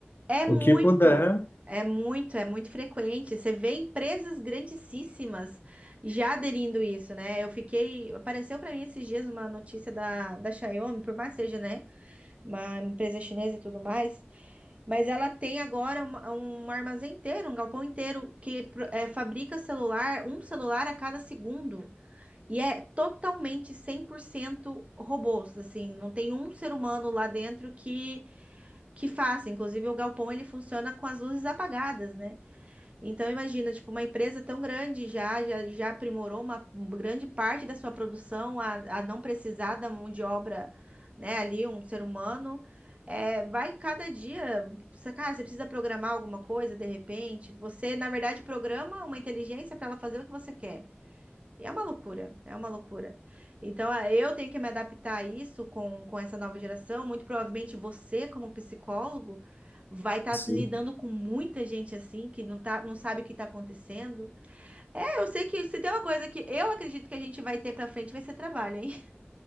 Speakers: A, on the right; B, on the left.
A: É
B: O
A: muito,
B: que puder.
A: é muito, é muito frequente. Você vê empresas grandíssimas já aderindo isso, né? Eu fiquei, apareceu para mim esses dias uma notícia da, da Xiaomi, por mais seja, né, uma empresa chinesa e tudo mais, mas ela tem agora uma- um armazém inteiro, um galpão inteiro que pro- é, fabrica celular, um celular a cada segundo. E é totalmente 100% robôs, assim, não tem um ser humano lá dentro que que faça. Inclusive, o galpão ele funciona com as luzes apagadas, né? Então, imagina, tipo, uma empresa tão grande já, já, já aprimorou uma grande parte da sua produção a, a não precisar da mão de obra, né? Ali, um ser humano. É, vai cada dia, você, cara, você precisa programar alguma coisa de repente. Você, na verdade, programa uma inteligência para ela fazer o que você quer. E é uma loucura, é uma loucura. Então, eh, eu tenho que me adaptar a isso com, com essa nova geração. Muito provavelmente você, como psicólogo, vai estar
B: Sim.
A: lidando com muita gente assim que não tá, não sabe o que está acontecendo. É, eu sei que se tem uma coisa que eu acredito que a gente vai ter para frente vai ser trabalho, hein? <laughs>